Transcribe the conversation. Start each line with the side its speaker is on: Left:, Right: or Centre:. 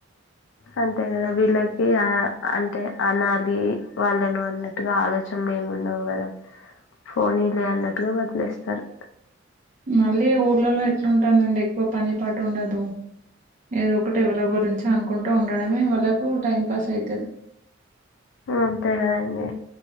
Left: అంతే కదా వీలకి ఇగా అంటే అనాలి వాళ్ళను అన్నట్టుగా ఆలోచనలు ఏమి ఉండవు కదా ఫోని లే అన్నట్టుగా వదిలేస్తారు.
Right: మళ్ళీ ఊళ్ళలో ఎట్లాంటుందండి ఎక్కువ పని పాటు ఉండదు ఏదో ఒకటి ఎవరో గురించి అనుకుంటూ ఉండడమే వాళ్ళకు టైంపాస్ అయితాది.
Left: అంతే కదండి